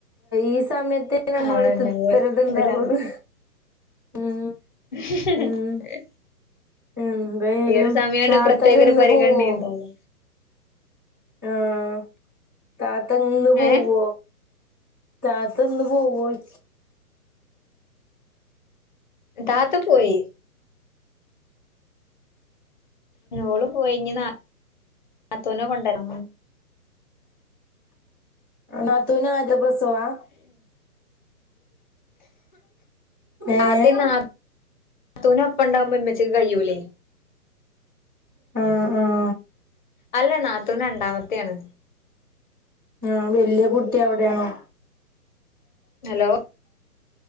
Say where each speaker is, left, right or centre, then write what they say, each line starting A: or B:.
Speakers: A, on the right; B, on the left.
A: ഈ സമയത്ത് നമ്മള
B: അതന്നെ
A: അടുത്ത്ത്തരത്ണ്ടാവുള്ളൂ
B: ഇതിലാണ്
A: ഉം
B: <unintelligible>
A: ഉം എന്തായാലും
B: ഈ ഒരു സമയണ്ട്
A: താത്ത
B: പ്രത്യേക ഒരു
A: ഇന്ന്
B: പരിഗണനെണ്ടാവും.
A: പോവോ ആഹ് താതങ്ങ് പോവോ?
B: ഏഹ്
A: താത്തന്ന് പോവോയി
B: താത്ത പോയി. ഓള് പോയിഞ്ഞി നാ ത്തൂനെ കൊണ്ടരാ
A: ആ നത്തുനെ ആദ്യ പ്രസവാ ഏഹ്
B: ആദ്യം രാത് നത്തൂന അപ്പ ഉണ്ടാവകുമ്പോമച്ച്ക്ക് കഴൂലേ
A: ആ, ആ
B: അല്ല നാത്തൂൻ രണ്ടാമത്തെയാണ്.
A: ആ വല്യ കുട്ടി അവിടെയാണോ?
B: ഹലോ